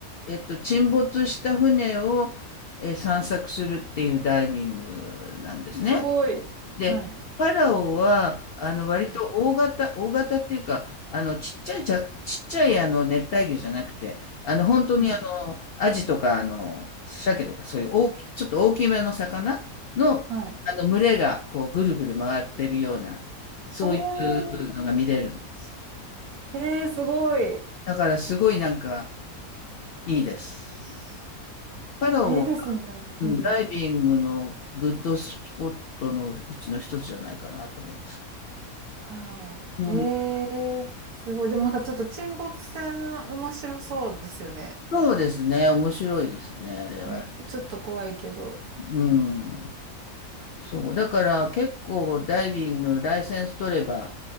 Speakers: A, on the left; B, on the right.
A: えっと、沈没した船を、えー散策するっていうダイビングなんですね。
B: すごい。
A: で、
B: はい。
A: パラオは、あの、割と大型、
B: うん
A: 大型っていうか、あの、ちっちゃいちゃ、ちっちゃい、あの、熱帯魚じゃなくて、あの、本当に、
B: うん。
A: あの、アジとか、あの、鮭とか、そういう大き、ちょっと大きめの魚の、
B: はい。
A: あの、群れが、こう、ぐるぐる回ってるような、そういうのが見れるんです。
B: おー。えー、すごい。
A: だからすごいなんかいいです。パラオも、
B: いいですね。
A: うん、
B: うん。
A: ダイビングのグッドスポットのうちの一つじゃないかなと思うんですけ
B: パラオ。
A: ど。
B: えー、
A: うん。
B: すごい。でもなんかちょっと沈没船面白そうですよね。
A: そうですね。面白いですね、あれは。
B: ね、ちょっと怖いけど。
A: うん。そう。だから結構ダイビング、ライセンス取れば、